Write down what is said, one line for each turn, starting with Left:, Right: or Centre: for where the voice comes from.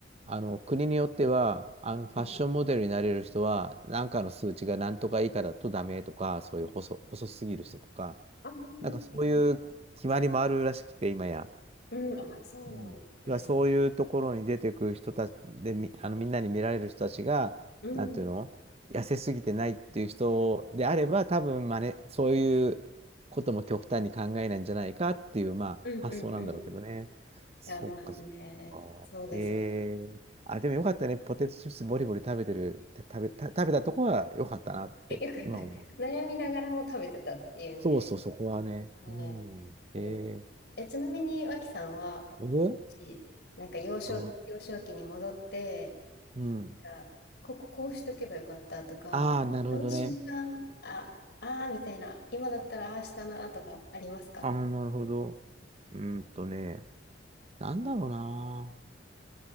Right: あの、国によっては、あの、ファッションモデルになれる人は、
Left: うん。
Right: なんかの数値が何とか以下だとダメとか、そういう細、細すぎる人とか、
Left: あ、は
Right: なんかそういう決まりもあるらしくて、
Left: いはい
Right: 今や。
Left: うん。あ、そうなんですね。
Right: うん。要はそういうところに出てくる人たちで、み、あのみんなに見られる人たちが、
Left: うん。
Right: なんていうの痩せすぎてないっていう人であれば、多分真似、そういうことも極端に考えないんじゃないかっていう、まあ、
Left: うん、
Right: 発想なんだろうけどね。
Left: うん、うん。い
Right: そっか、
Left: や、まあね。
Right: そっ
Left: そうですよ。
Right: か。えー、あ、でもよかったね。ポテトチップスボリボリ食べてる、て食べ、た、食べたとこはよかったなって、
Left: <laughs> よかった。
Right: 今思う。
Left: 悩みながらも食べてたっていうね。
Right: そうそう、そこはね。
Left: はい。
Right: うん。
Left: あります。
Right: えー、
Left: え、ちなみに、脇さんは、
Right: 僕
Left: しなんか幼少、
Right: ど
Left: 幼少期に戻って、
Right: ううん。
Left: なんかこここうしとけばよかったとか、
Right: ああ、なるほどね。
Left: あの瞬間、あ、あーみたいな、今だったらああしたなとかありますか
Right: ああ、なるほど。うーんとね、なんだろうな。
Left: うん